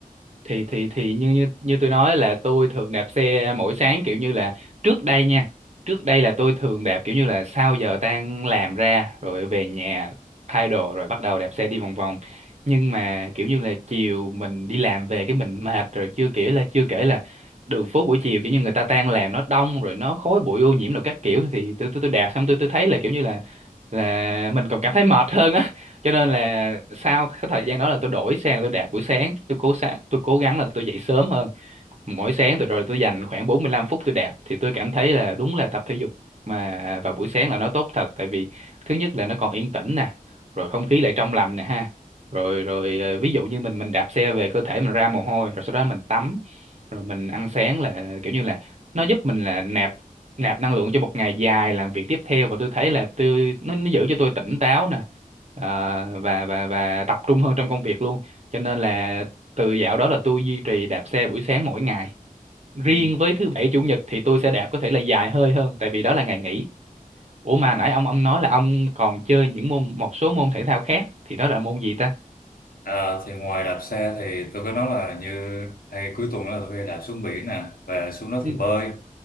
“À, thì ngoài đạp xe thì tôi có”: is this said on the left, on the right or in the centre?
Left